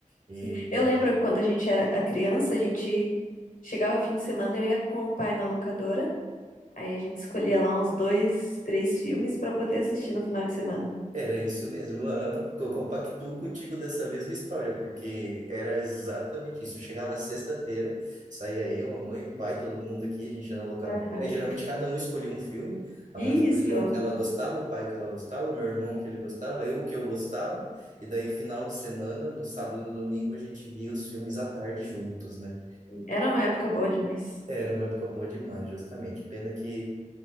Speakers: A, on the right; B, on the left.
A: E
B: Sim. Eu lembro quando a gente era a criança, a gente chegava fim de semana, eu ia com o pai na locadora, aí a gente escolhia lá uns dois, três filmes pra poder assistir no final de semana.
A: era isso mesmo. aham. Eu compactuo contigo dessa mesma história, porque era exatamente isso. Eu chegava sexta-feira, saía eu, a mãe, o pai, todo mundo aqui, a gente ia na locadora.
B: Aham.
A: Aí geralmente cada um escolhia um filme. A
B: Isso.
A: mãe escolhia um que ela gostava, o pai o que ela gostava, o meu irmão o que ele gostava, eu o que eu gostava. E daí, final de semana, no sábado e no domingo, a gente via os filmes à tarde juntos, né?
B: Era uma época boa demais.
A: Era uma época boa demais, justamente. Pena que